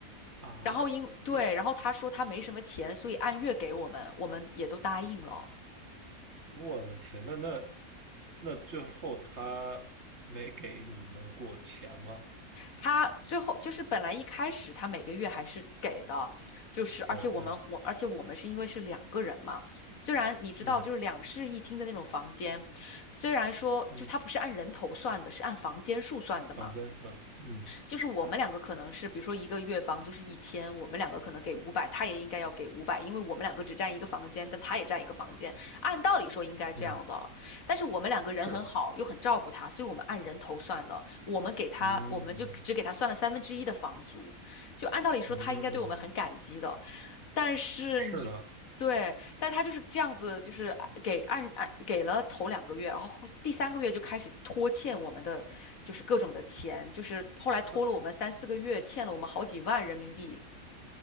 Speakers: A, on the right; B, on the left.
A: 啊，
B: 然后因，对，
A: 不是
B: 然后他说他没什么钱，所以按月给我们，我们也都答应了。
A: 我的天，那那那最后他没给你们过钱吗？
B: 他最后就是本来一开始他每个月还是给的，就是而且我们我而且我们是因为是两个人嘛，
A: 给嗯
B: 虽然你知道就是两室一厅的那种房间，
A: 嗯
B: 虽然说就是它不是按人头算的，
A: 嗯，
B: 是按房间数算的嘛。
A: 房间嗯嗯。
B: 就是我们两个可能是，比如说一个月房租是一千，我们两个可能给五百，他也应该要给五百，因为我们两个只占一个房间，但他也占一个房间，按道理说应该这样的。
A: 嗯，
B: 但是我们两个人很好，
A: 是，
B: 又很照顾他，所以我们按人头算的，我们给他，
A: 嗯
B: 我们就只给他算了三分之一的房租，就按道理说他应该对我们很感激的，
A: 嗯，
B: 但是你。
A: 是的。
B: 对，但他就是这样子，就是啊给按按给了头两个月，然后后第三个月就开始拖欠我们的，就是各种的钱，就是后来拖了我们三四个月，
A: 那
B: 欠了我们好几万人民币。